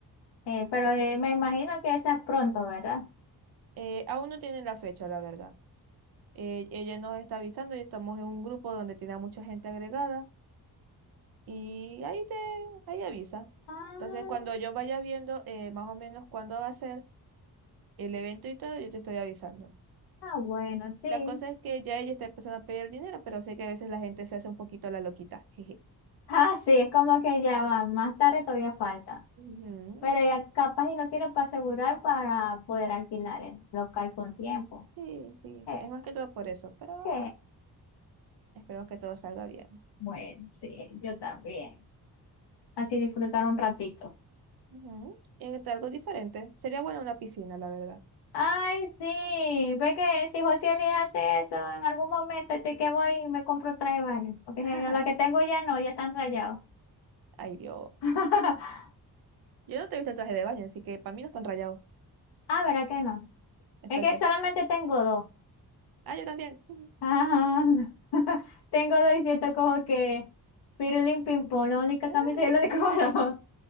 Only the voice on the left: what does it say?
Eh, pero eh, me imagino que esa es pronto, ¿verdad?
Ah,
ah, bueno, sí.
Ah, sí, es como que ya va, más tarde todavía falta.
Pero ya capaz y lo quiero para asegurar para poder alquilar el local con tiempo.
Eh,
sí,
bueno, sí, yo también. Así disfrutar un ratito.
Ay, sí, ve que si José le hace eso en algún momento, estoy que voy y me compro un traje de baño. Porque
la que tengo ya no, ya están rayados.
<laughs>
Ah, ¿verdad que no?
Es que solamente tengo dos.
Ajá. <laughs> Tengo dos y siento como que pirulín ping-pong, la única
camisa y el único <laughs> pantalón.